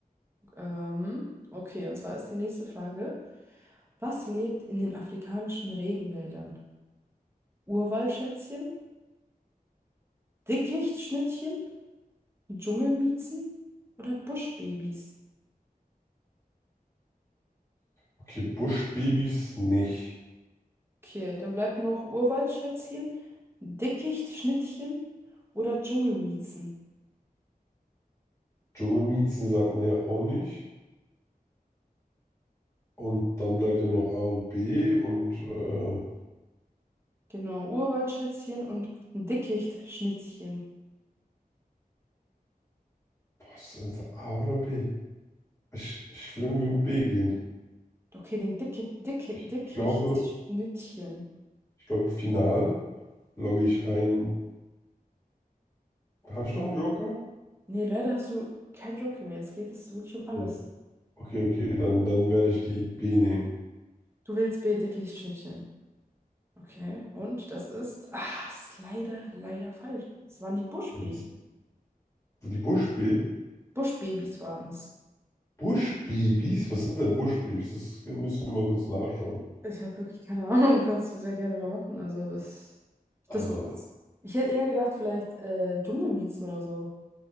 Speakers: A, on the right (about 15°); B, on the left (about 20°).
A: Ähm, okay, und zwar ist die nächste Frage. Was lebt in den afrikanischen Regenwäldern? Urwaldschätzchen, Dickichtschnittchen, Dschungelmiezen oder Buschbabys?
B: Okay, Buschbabys nicht.
A: Okay, dann bleibt noch Urwaldschätzchen, Dickichtschnittchen oder Dschungelmiezen.
B: Dschungelmiezen sagt man ja auch nicht. Und dann bleibt ja noch A und B und äh,
A: Genau, Urwaldschätzchen und Dickichtschnittchen.
B: was ist A oder B? Ich, ich will irgendwie mit B gehen.
A: Okay, den Dicke, Dicke,
B: Ich,
A: Dickichtschnittchen.
B: ich glaube, ich glaube, final logge ich ein. Habe ich noch einen Joker?
A: Nee, leider hast du kein Joker mehr. Jetzt geht es wirklich um alles.
B: Ja. Okay, okay, dann, dann werde ich die B nehmen.
A: Du wählst B, Dickichtschnittchen. Okay, und das ist, ah, ist leider, leider falsch. Es waren die Buschbabys.
B: Mist. Die Buschbee?
A: Buschbabys waren es.
B: Buschbabys? Was sind denn Buschbabys? Das müssen wir mal kurz nachschauen.
A: Ich habe wirklich keine <laughs> Ahnung, kannst du sehr gerne mal machen. Also, es,
B: Also,
A: das, das, ich hätte eher gedacht, vielleicht äh, Dschungelmiezen oder so.